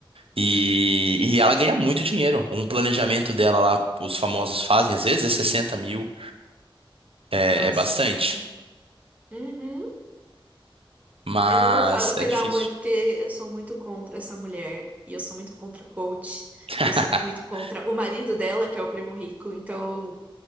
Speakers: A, on the right; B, on the right.
A: E,
B: Uhum.
A: e ela ganha muito dinheiro. Um planejamento dela lá, os famosos fazem, às vezes é sessenta mil, é,
B: Nossa,
A: é bastante.
B: sei. Uhum.
A: Mas
B: Eu não vou fa- opinar
A: é difícil.
B: muito, porque eu sou muito contra essa mulher. E eu sou muito contra a coach.
A: <laughs>
B: E eu sou muito contra o marido dela, que é o primo rico. Então,